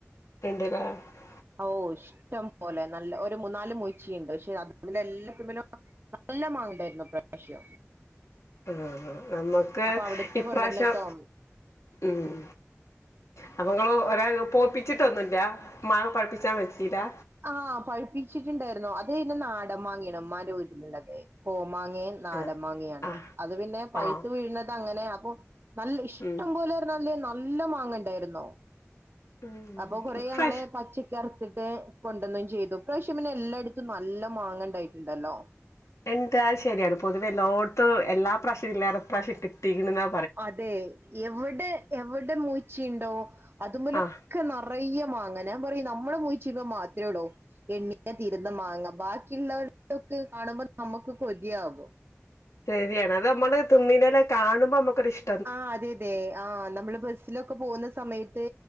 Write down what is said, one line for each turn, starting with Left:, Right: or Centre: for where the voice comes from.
Left: ഉണ്ടല്ലേ
Right: ഓഹ് ഇഷ്ടം പോലെ. നല്ല ഒരു മൂന്നാല് മൂച്ചിയ്ണ്ട് പക്ഷെ അതിമ്മെല് എല്ലത്തിമ്മലും നല്ല മാങ്ങ ഇണ്ടായ്രുന്നു ഇപ്രാവശ്യം.
Left: അഹ് ആഹ് ആഹ് നമ്മ്ക്ക്
Right: അപ്പൊ അവിടുന്ന്
Left: ഇപ്രാവശ്യം.
Right: കൊണ്ടുവന്നിട്ടോ
Left: ഉം അപ്പ ഇങ്ങള് ഒരേ ഇങ്ങള് പോപ്പിച്ചിട്ടൊന്നുല്ലാ മാങ്ങ പഴ്പ്പിച്ചാൻ വെച്ചീലാ
Right: ആഹ് പഴിപ്പിച്ചിട്ട്ണ്ടായിരുന്നു. അത് പിന്നെ നാടൻമാങ്ങ ആണ്‌ ഉമ്മാന്റെ വീട്ട്ല്ള്ളത് കോമാങ്ങേം നാടൻ
Left: ആഹ്
Right: മാങ്ങ്യാണ്
Left: ആഹ്
Right: അത് പിന്നെ പഴുത്ത്
Left: ആഹ്
Right: വീഴ്ണത് അങ്ങനെ ആക്കും നല്ല ഇഷ്ടം
Left: ഉം
Right: പോലെ പ്പൊ നല്ലെഹ് നല്ല മാങ്ങ ഇണ്ടായിരുന്നു
Left: ഉം
Right: അപ്പൊ കൊറേ
Left: ഇപ്രാവശ്യം
Right: ഞങ്ങള് പച്ചയ്ക്ക് അറ്ത്തിട്ട് കൊണ്ടൊന്നും ചെയ്തു. ഇപ്രാവശ്യം പിന്നെ എല്ലായിടത്തും നല്ല മാങ്ങ ഇണ്ടായിട്ട്ണ്ടല്ലോ.
Left: എന്റാ അത് ശരിയാണ് പൊതുവെ എല്ലോട്ത്തും എല്ലാ പ്രാവശ്യവും ഇല്ലേറെ പ്രാവശ്യം കിട്ടിക്ക്ണ്ന്നാ
Right: അതെ എവ്ടെ എവ്ടെ മൂച്ചിയിണ്ടോ അത് മ്മലൊ
Left: ആഹ്
Right: ക്കെ നെറയ്യെ മാങ്ങ ഞാൻ പറയും നമ്മളെ മൂച്ചിമ്മെ മാത്രേ ഒള്ളു എണ്ണി യാ തീരുന്ന മാങ്ങ ബാക്കിയുള്ളവര്ടെ ഒക്കെ കാണുമ്പൊ നമ്മക്ക് കൊതിയാകും
Left: ശരിയാണ് അത് അമ്മള് തിന്നിനേലെ കാണുമ്പൊ അമ്മക്കൊരിഷ്
Right: ആഹ് അതെ അതെ ആഹ് നമ്മള് ബസ്സിലൊക്കെ പോവുന്ന സമയത്ത്